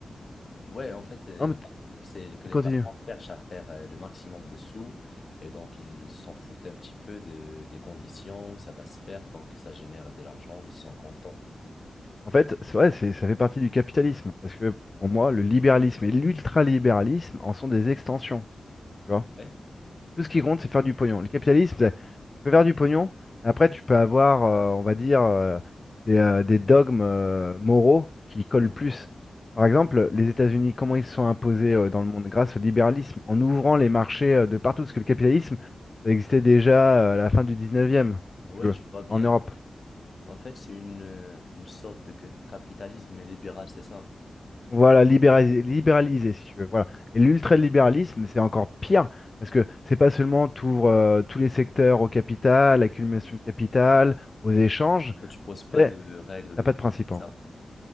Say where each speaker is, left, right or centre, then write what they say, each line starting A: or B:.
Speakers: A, on the left; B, on the left.
A: Ouais, en fait, euh,
B: Non, mais
A: c'est que
B: tu
A: les
B: continues.
A: patrons cherchent à faire euh, le maximum de sous et donc ils s'en foutent un petit peu de, des conditions où ça va se faire. Tant que ça génère de l'argent, ils sont contents.
B: En fait, c'est vrai, c'est- ça fait partie du capitalisme, parce que pour moi, le libéralisme et l'ultralibéralisme en sont des extensions. tu vois.
A: Ouais.
B: Tout ce qui compte, c'est faire du pognon. Le capitalisme, c'est- tu peux faire du pognon, mais après, tu peux avoir, euh, on va dire, euh, des, euh, des dogmes euh, moraux qui collent
A: Mhm.
B: plus. Par exemple, les États-Unis, comment ils se sont imposés euh, dans le monde grâce au libéralisme, en ouvrant les marchés euh, de partout, parce que le capitalisme, ça existait déjà euh, à la fin du 19e,
A: Ah
B: si
A: Ouais,
B: tu veux,
A: je vois bien.
B: en Europe.
A: En fait, c'est une, euh, une sorte de cap- capitalisme libéral, c'est ça?
B: Voilà, libéraliser, libéraliser, si tu veux. Voilà. Et
A: Que
B: l'ultralibéralisme, c'est encore pire, parce que c'est pas seulement t'ouvres euh, tous les secteurs au capital, l'accumulation de capital, aux échanges,
A: tu poses pas
B: c'est
A: de règles,
B: t'as
A: de
B: pas
A: limites,
B: de principe
A: c'est
B: en
A: ça?
B: gros.